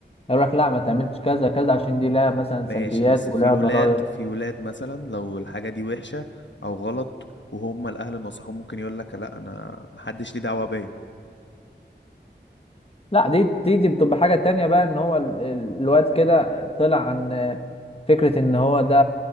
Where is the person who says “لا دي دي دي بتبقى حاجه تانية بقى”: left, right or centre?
Left